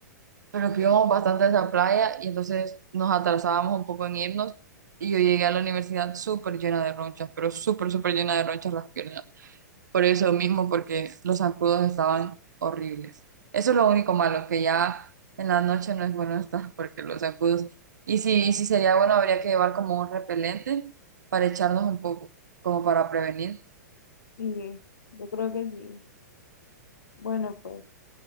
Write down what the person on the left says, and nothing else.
Y yo creo que sí. Bueno, pues